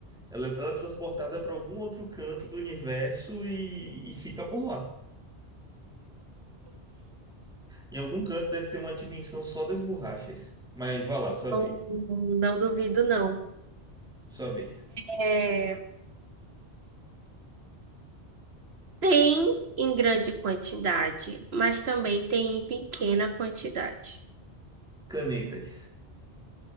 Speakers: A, in the centre; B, on the right (about 65°).
A: Ela é teletransportada para algum outro canto do universo e, e fica por lá. Em algum canto deve ter uma dimensão só das borrachas. Mas vá lá, sua
B: Não,
A: vez.
B: não duvido, não.
A: Sua vez.
B: É, tem em grande quantidade, mas também tem em pequena quantidade.
A: Canetas.